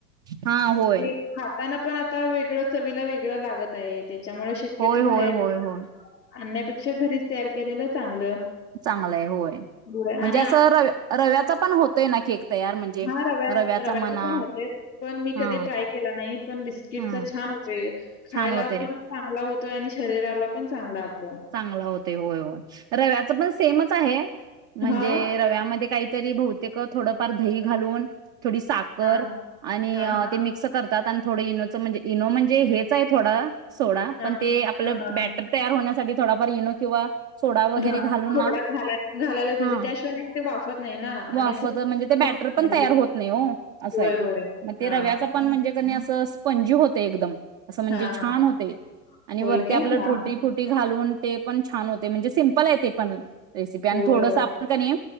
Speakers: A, on the right (about 25°); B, on the left (about 85°).
A: हा होय.
B: ते खाताना पण आता वेगळं चवीला वेगळं लागत आहेत. त्याच्यामुळे शक्यतो
A: होय,
B: बाहेर
A: होय, होय, होय.
B: आणण्यापेक्षा घरीच तयार केलेलं चांगलं.
A: चांगलंय होय.
B: होय
A: म्हणजे
B: आणि
A: असं रव्या रव्याचा पण होतंय ना केक. तयार म्हणजे
B: हा रव्या
A: रव्याचा
B: रव्याचंपण
A: म्हणा
B: होतंयच, पण मी
A: हां,
B: कधी ट्राय केला नाही. पण बिस्किटचा
A: हां,
B: छान होतोय, खायला
A: छान होतंय.
B: पण चांगला हो तोय आणि शरीराला पण चांगला. आपल्या.
A: चांगला होतंय होय होय, रव्याच पण सेम च आहे. म्हणजे
B: हां,
A: रव्यामध्ये काहीतरी बहुतेक थोडंफार दही घालून थोडी साखर
B: हां,
A: आणि
B: हां, हां,
A: ते मिक्स कर तात आणि थोडं इनोचं म्हणजे इनो म्हणजे हेच आहे थोडा सोडा,
B: हां,
A: पण
B: हां,
A: ते आपलं
B: हां, हां,
A: बॅटर
B: हां.
A: तयार होण्या वर इनो किंवा सोडा वगैरे
B: हां,
A: घालून
B: थोडा
A: ना,
B: घालाय घालायलाच पाहिजे.
A: हा
B: त्याशिवाय मग ते वाफत नाही ना
A: वापरता
B: आणि असं पूर्ण
A: म्हणजे ते
B: होत
A: बॅटरपण
B: नाही
A: तयार
B: ते.
A: होत नाही हो असं
B: होय,
A: हाय.
B: होय.
A: ते
B: हां.
A: रव्याचं पण म्हणजे कनी अस स्पणजी होत एकदम अस म्हणजे
B: हां,
A: छान
B: हां.
A: होतय आणि
B: होय
A: वरती
B: काय?
A: आपल
B: हां,
A: टुटी
B: हां.
A: फुटी घालून ते पण छान होते म्हणजे सिम्पल आहे ते पण रेसिपी आणि
B: होय,
A: थोडंस आपण कनी